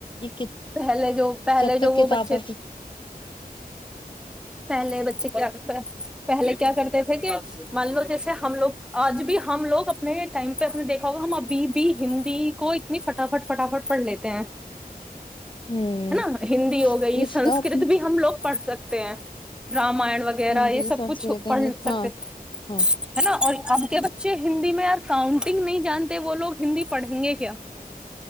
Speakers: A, on the left; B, in the centre.
A: یہ
B: پہلے جو پہلے
A: جب تک
B: جو وہ
A: کتابیں
B: بچے پہلے بچے پہلے کیا کرتے تھے کہ مان لو جیسے ہم لوگ آج بھی ہم لوگ اپنے ٹائم پہ نے دیکھا ہوگا ہم ابھی بھی ہندی کو اتنی فٹافٹ فٹافٹ پڑھ لیتے ہیں
A: ہوں
B: ہے نا ہندی ہو گئی
A: یہ
B: سنسکرت
A: تو اپنی
B: بھی ہم لوگ پڑھ سکتے ہیں رامان وغیرہ
A: ہندی
B: یہ سب
A: سنسکرت
B: کچھ پڑھ
A: انگلش ہاں
B: سکتے
A: ہاں
B: ہے نا اور اب کے بچے ہندی میں یار کاؤنٹر نہیں جانتے وہ لوگ ہندی پڑھیں گے کیا